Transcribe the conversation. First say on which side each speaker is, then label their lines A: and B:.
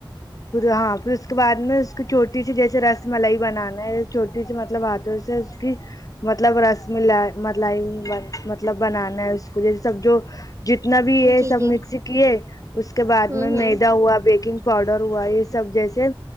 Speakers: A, on the left; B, on the right.
A: پھر ہاں پھر اس کے بعد میں اس کو چھوٹی سی جیسے رس ملائی بنانا ہے چوٹی سی مطلب ہاتھوں سے کہ مطلب رس مل ملای مطلب بنانا ہے اس کو یہ سب جو جتنا بھی یہ
B: جی
A: سب
B: جی
A: مکسی کیے اس کے بعد
B: ہوں
A: میں میدا
B: ہوں
A: ہوا بیکنگ پاؤڈر ہوا یہ یہ سب جیسے